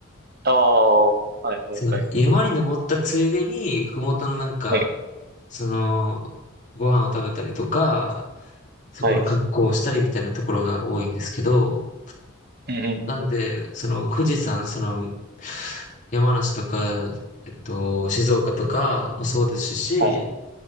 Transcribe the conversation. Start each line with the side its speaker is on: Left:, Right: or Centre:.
Right: ああ、はいはいはい。
Left: その山に登ったついでに、ふもとのなんか、
Right: はい。
Left: その、ご飯を食べたりとか、そこの観光をしたりみたいなところが多いんですけど、
Right: はい。うんうんうんうん。
Left: なんで、その富士山、その山梨とか、えっと、静岡とかもそうですし、
Right: はい。